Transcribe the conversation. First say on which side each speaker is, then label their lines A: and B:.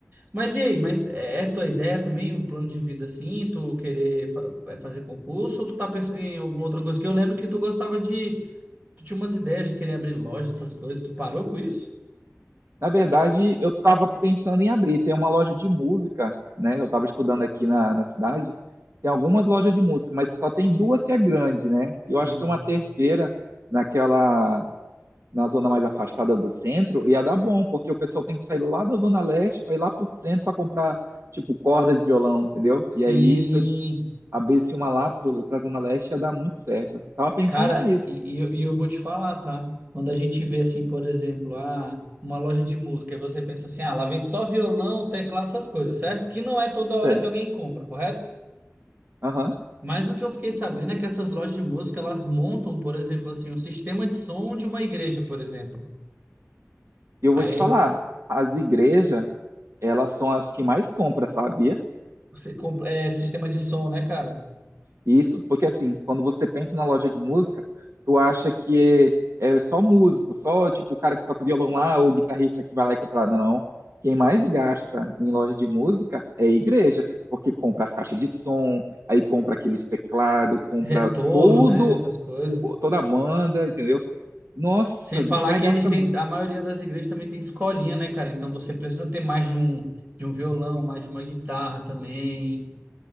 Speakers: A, on the right; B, on the right.
A: Mas e aí, mas é é tua ideia também, um plano de vida assim, tu querer fa- é fazer concurso, ou tu tá pensando em alguma outra coisa? Que eu lembro que tu gostava de, tu tinha umas ideias de querer abrir loja, essas coisas, tu parou com isso?
B: Na verdade, eu estava pensando em abrir. Tem uma loja de música, né? Eu estava estudando aqui na, na cidade. Tem algumas lojas de música, mas só tem duas que é grande, né? E eu
A: Uhum.
B: acho que uma terceira, naquela, na zona mais afastada do centro, ia dar bom, porque o pessoal tem que sair lá da Zona Leste para ir lá para o centro para comprar, tipo, cordas de violão, entendeu?
A: Sim.
B: E aí, se eu abrisse uma lá para a Zona Leste, ia dar muito certo. Eu tava pensando
A: Cara,
B: nisso.
A: e, e eu e eu vou te falar, tá? Quando a gente vê assim, por exemplo, ah, uma loja de música, e você pensa assim, ah, lá vende só violão, teclado, essas coisas, certo? Que não é toda
B: Certo.
A: hora que alguém compra, correto?
B: Aham.
A: Mas o que eu fiquei sabendo é que essas lojas de música, elas montam, por exemplo, assim, um sistema de som de uma igreja, por exemplo.
B: E eu
A: Aí,
B: vou te falar, as igrejas elas são as que mais compram, sabia?
A: você compra- é sistema de som, né, cara?
B: Isso, porque assim, quando você pensa na loja de música, tu acha que é, é só músico, só tipo o cara que toca violão lá, ou o guitarrista que vai lá e comprar, não. Quem mais gasta em loja de música é a igreja, porque compra as caixas de som, aí compra aqueles teclados, compra
A: Retorno,
B: todo
A: né, essas coisas.
B: o- toda a banda, entendeu? Nossa,
A: Sem falar
B: bicho, mas
A: que
B: gasta
A: eles têm,
B: muito.
A: a maioria das igrejas também tem escolinha, né, cara? Então você precisa ter mais de um, de um violão, mais de uma guitarra também.